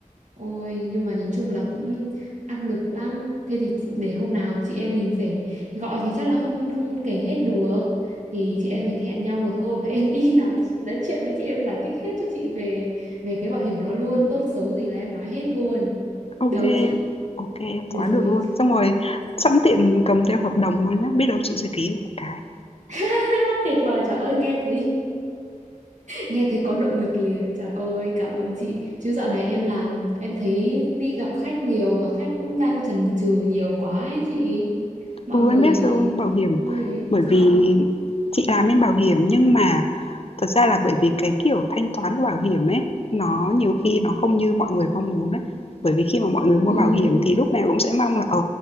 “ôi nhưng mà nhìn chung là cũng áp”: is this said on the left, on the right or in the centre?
Right